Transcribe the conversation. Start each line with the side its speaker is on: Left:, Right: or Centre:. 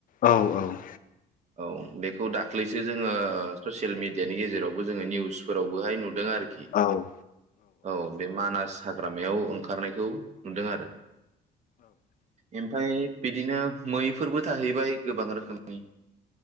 Left: औ औ।
Right: औ बेखौ दाख्लैसो जोङो ससियेल मिडियानि गेजेरावबो जोङो निउसफोरावबोहाय नुदों आर
Left: औ
Right: औ बे मानास हाग्रामायाव ओंखारनायखौ नुदों आरो। ओमफाय बिदिनो मैफोरबो थाहैबाय गोबां रोखोमनि